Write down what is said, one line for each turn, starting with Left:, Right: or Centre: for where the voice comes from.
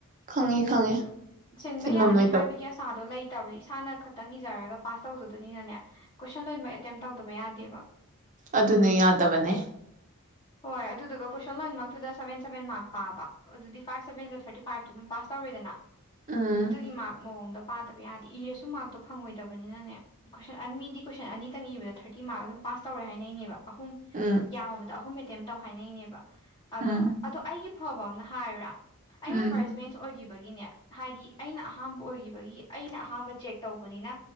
Right: ꯈꯪꯉꯦ
Left: ꯎꯝ
Right: ꯈꯪꯉꯦ
Left: ꯁꯤꯟꯕ
Right: ꯊꯤꯟꯐꯝ
Left: ꯌꯥꯅꯤ
Right: ꯂꯩꯇꯕ
Left: ꯍꯥꯏꯕꯒꯤ ꯑꯁꯥꯗꯣ ꯂꯩ ꯂꯩꯠꯇꯕꯅꯤ ꯏꯁꯥꯅ ꯈꯛꯇꯪ ꯏꯖꯔꯒ ꯄꯥꯁ ꯇꯧꯖꯗꯣꯏꯅꯤꯅꯅꯦ ꯀꯣꯏꯁꯟ ꯂꯣꯏꯕ ꯑꯦꯇꯦꯝ ꯇꯧꯗꯕ ꯌꯥꯗꯦꯕ
Right: ꯑꯗꯨꯅꯦ ꯌꯥꯗꯕꯅꯦ
Left: ꯍꯣꯏ ꯑꯗꯨꯗꯨꯒ ꯀꯣꯏꯁꯟ ꯂꯣꯏꯃꯛꯇꯨꯗ ꯁꯚꯦꯟ ꯁꯚꯦꯟ ꯃꯥꯔꯛ ꯄꯥꯕ ꯑꯗꯨꯗꯤ ꯐꯥꯏꯚ ꯁꯚꯦꯟꯗ ꯊꯥꯔꯇꯤ ꯐꯥꯏꯚꯇꯣ ꯑꯗꯨꯝ ꯄꯥꯁ ꯇꯧꯔꯦꯗꯅ
Right: ꯎꯝ
Left: ꯑꯗꯨꯒꯤ ꯃꯥꯛ ꯃꯑꯣꯡꯗ ꯄꯥꯗꯕ ꯌꯥꯗꯦ ꯏꯔꯁꯨ ꯃꯥꯔꯛꯇꯣ ꯐꯪꯉꯣꯏꯗꯕꯅꯤꯅꯅꯦ ꯀꯣꯏꯁꯟ ꯑꯟ ꯃꯤꯗꯤ ꯀꯣꯏꯁꯟ ꯑꯅꯤꯇꯪ ꯏꯕꯗ ꯊꯥꯔꯇꯤ ꯃꯥꯔꯛ ꯑꯗꯨꯝ ꯄꯥꯁ ꯇꯧꯔꯦ ꯍꯥꯏꯅꯩꯅꯦꯕ ꯑꯍꯨꯝ
Right: ꯎꯝ
Left: ꯌꯥꯝꯃꯕꯗ ꯑꯍꯨꯝ ꯑꯦꯇꯦꯝ ꯇꯧ ꯍꯥꯏꯅꯩꯅꯦꯕ ꯑꯗꯣ
Right: ꯎꯝ
Left: ꯑꯗꯣ ꯑꯩꯒꯤ ꯐꯕ ꯑꯃꯝꯅ ꯍꯥꯏꯌꯨꯔꯥ ꯑꯩꯅ
Right: ꯎꯝ
Left: ꯐꯥꯔꯁ ꯕꯦꯟꯁ ꯑꯣꯏꯈꯤꯕꯒꯤ ꯒꯤꯅꯦ ꯍꯥꯏꯗꯤ ꯑꯩꯅ ꯑꯍꯥꯝꯕ ꯑꯣꯏꯈꯤꯕꯒꯤ ꯑꯩꯅ ꯑꯍꯥꯝꯕ ꯆꯦꯛ ꯇꯧꯕꯅꯤꯅ